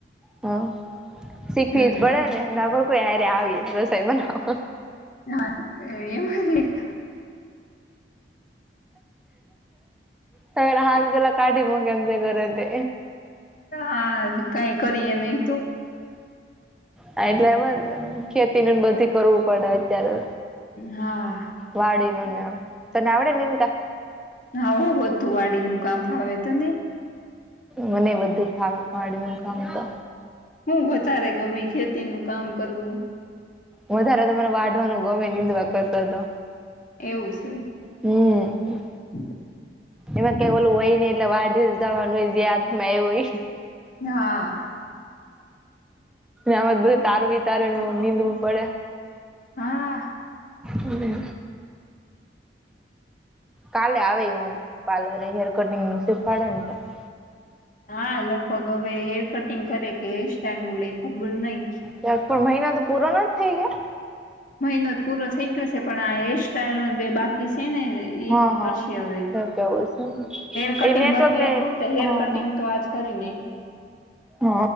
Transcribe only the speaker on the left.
હમ
હા એમને
હા કઈ કરીએ નહી તો
હા
હ હોો બદુ વાડી નું કામ ફાવે તને
હું વધારે ગમે, ખેતી નું કામ કરવું.
એવું છે.
<unintelligible>
હા.
હા.
હા, લગભગ હવે હેર કટિંગ કરે કે હેર સ્ટાઈલ નું લે, ખબર નહીં.
મહિનો જ પૂરો થઈ ગયો છે, પણ આ હેર સ્ટાઈલ નો બે બાકી છે ને. એ
પછી
હવે.
હેર કટિંગ
બાકી
હતું, તો હેર
કટિંગ તો આજ કરીને.